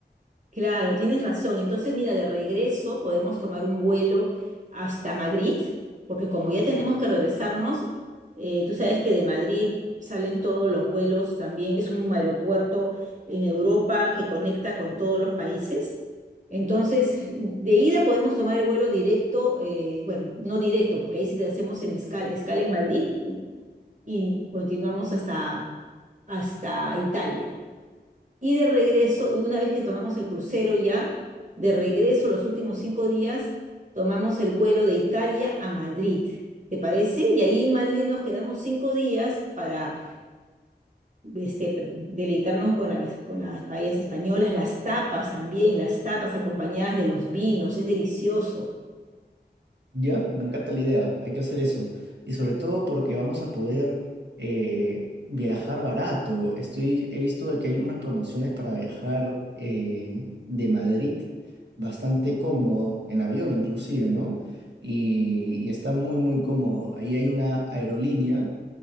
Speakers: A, on the right; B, on the right.
A: Claro, tienes razón. Entonces, mira, de regreso podemos tomar un vuelo hasta Madrid, porque como ya tenemos que regresarnos, eh, tú sabes que de Madrid salen todos los vuelos también. Es un aeropuerto en Europa que conecta con todos los países. Entonces, de ida podemos tomar el vuelo directo, eh, bueno, no directo, porque ahí sí te hacemos en escala, escala en Madrid y, y continuamos hasta, hasta Italia. Y de regreso, una vez que tomamos el crucero ya, de regreso los últimos cinco días, tomamos el vuelo de Italia a Madrid. ¿Te parece? Y ahí en Madrid nos quedamos cinco días para este, pre- deleitarnos con, la- con las paellas españolas, las tapas también, las tapas acompañadas de los vinos, es delicioso.
B: Ya, me encanta la idea, hay que hacer eso. Y sobre todo porque vamos a poder eh, viajar barato. Estoy, he visto de que hay unas promociones para viajar eh, de Madrid bastante cómodo, en avión inclusive, ¿no? Y, y está muy, muy cómodo. Ahí hay una aerolínea